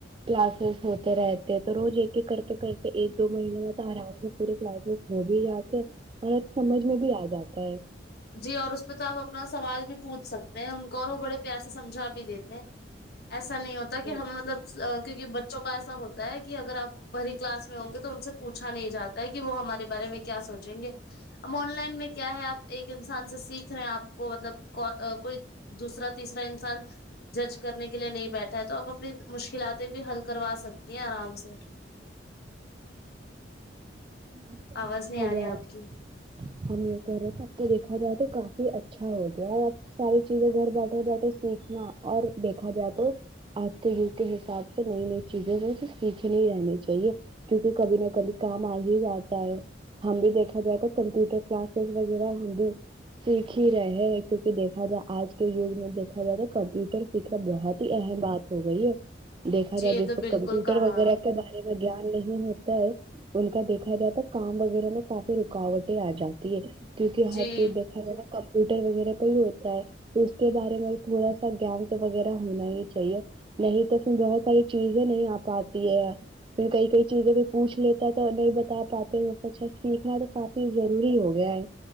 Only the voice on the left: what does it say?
جی اور اس پہ تو آپ اپنا سوال بھی پوچھ سکتے ہیں ان کو اور وہ بڑے پیار سے سمجھا بھی دیتے ہیں ایسا نہیں ہوتا کہ
ہمیں مطلب کیونکہ بچوں کا ایسا ہوتا ہے کہ اگر آپ بھری کلاس میں ہوں گے تو ان سے پوچھا نہیں جاتا ہے کہ وہ ہمارے بارے میں کیا سوچیں گے اب آن لائن میں کیا ہے آپ ایک انسان سے سیکھ رہے ہیں آپ کو مطلب کو کوئی دوسرا تیسرا انسان جج کرنے کے لیے نہیں بیٹھا ہے تو آپ اپنی مشکلاتیں بھی حل کروا سکتی ہیں آرام سے
آواز نہیں
آ رہی
ہے آپ
کی
جی یہ
تو
بالکل
کہا
آپ
نے
جی